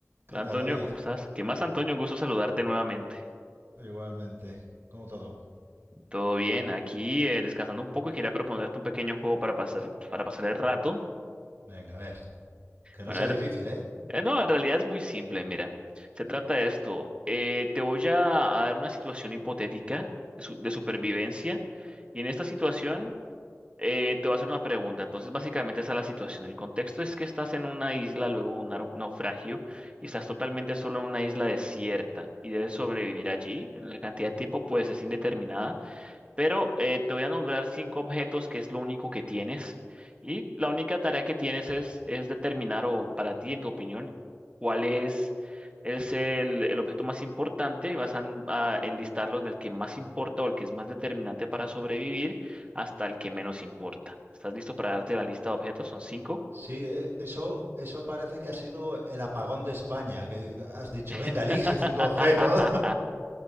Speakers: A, on the right; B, on the right.
A: Hola
B: ¿Qué tal,
A: Antonio,
B: David?
A: ¿cómo estás? ¿Qué más, Antonio? Un gusto saludarte nuevamente.
B: Igualmente, como todo.
A: ¿Todo bien? Aquí eh, descansando un poco y quería proponerte un pequeño juego para pasar, para pasar el rato.
B: Venga, a ver. Que no
A: Bueno,
B: sea
A: en
B: difícil,
A: re-
B: ¿eh?
A: eh, no, en realidad es muy simple, mira. Se trata de esto. eh, te voy a, a dar una situación hipotética de, su- de supervivencia y en esta situación
B: Uf,
A: Eh, te voy a hacer una pregunta. Entonces, básicamente esa es la situación. El contexto es que estás en una isla, luego un nau- naufragio, y estás totalmente solo en una isla desierta y debes sobrevivir allí. La cantidad de tiempo, pues, es indeterminada. Pero eh, te voy a nombrar cinco objetos que es lo único que tienes. Y la única tarea que tienes es, es determinar, o para ti, en tu opinión, cuál es, es el, el objeto más importante. Vas a, a enlistarlos del que más importa o el que es más determinante para sobrevivir hasta el que menos importa. ¿Estás listo para darte la lista de objetos? Son cinco.
B: Sí, e- eso, eso parece que ha sido el apagón de España, que has dicho,
A: <laughs>
B: venga, elige cinco objetos.